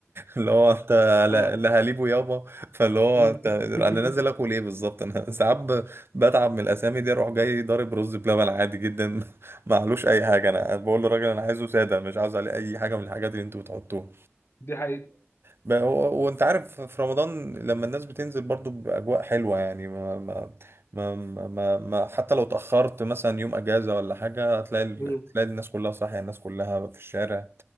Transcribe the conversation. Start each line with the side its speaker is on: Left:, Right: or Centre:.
Right: اللي هو انت
Left: اه
Right: لا لا هليبه يابا فاللي هو
Left: مم.
Right: انت
Left: <laughs>
Right: انا نازل اكل ايه بالظبط انا <laughs> ساعات ب- بتعب من الاسامي دي اروح جاي ضارب رز بلبن عادي جدا <laughs> معلوش اي حاجه انا بقول للراجل انا عايزه ساده مش عاوز عليه اي حاجه من الحاجات اللي انتوا بتحطوها
Left: دي حقيقة
Right: بقى هو وانت عارف في رمضان لما الناس بتنزل برضو بأجواء حلوة يعني ما ما ما ما, ما ما- حتى لو تأخرت مثلا يوم أجازة ولا حاجة هتلاقي ال-
Left: مم.
Right: تلاقي الناس كلها صاحية الناس كلها في الشارع